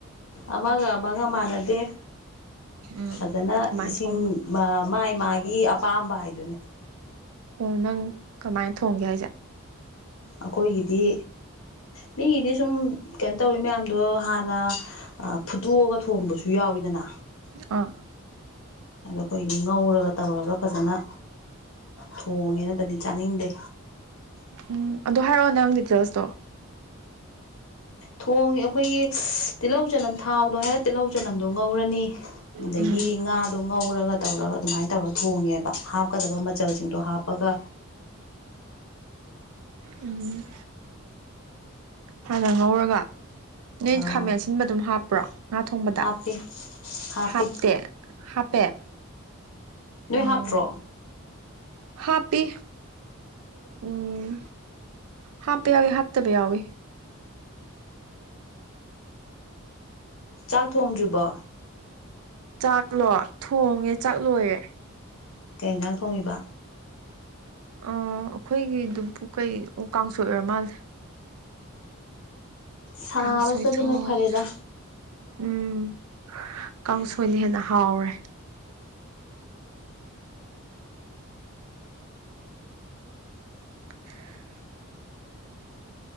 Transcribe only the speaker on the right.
ꯎꯝ
ꯀꯃꯥꯏꯅ
ꯊꯣꯡꯕ
ꯑꯣꯑ ꯅꯪꯗꯤ ꯀꯃꯥꯏꯅ ꯊꯣꯡꯒꯦ ꯍꯥꯏꯁꯦ?
ꯑꫭꯑ
ꯎꯝ ꯑꯗꯨ ꯍꯥꯏꯔꯛꯑꯣ ꯅꯪ ꯗꯤꯇꯦꯜꯁꯇꯣ
ꯎꯝ
ꯎꯝ ꯍꯥꯟꯅ ꯉꯧꯔꯒ ꯅꯣꯏ
ꯈꯥꯃꯦꯟ ꯑꯁꯤꯟꯕ ꯑꯗꯨꯝ ꯍꯥꯞꯄ꯭ꯔꯣ ꯉꯥ ꯊꯣꯡꯕꯗ
ꯍꯥꯞꯇꯦ ꯍꯥꯞꯄꯦ
ꯎꯝ
ꯍꯥꯞꯄꯤ ꯎꯝ ꯍꯥꯞꯄ ꯌꯥꯎꯋꯤ ꯍꯥꯐꯇꯕ ꯌꯥꯎꯋꯤ
ꯆꯥꯛꯂꯣ ꯊꯣꯡꯉꯦ ꯆꯥꯛꯂꯣꯏꯔꯦ
ꯑ ꯑꯩꯈꯣꯏꯒꯤꯗꯨꯕꯨ ꯀꯩ ꯀꯥꯡꯁꯣꯏ ꯑꯣꯏꯔ ꯃꯥꯜꯂꯦ
ꯀꯥꯡꯁꯣꯏ ꯊꯣꯡꯉꯦ
ꯎꯝ ꯀꯥꯡꯁꯣꯏꯅ ꯍꯦꯟꯅ ꯍꯥꯎꯔꯦ <inaudible>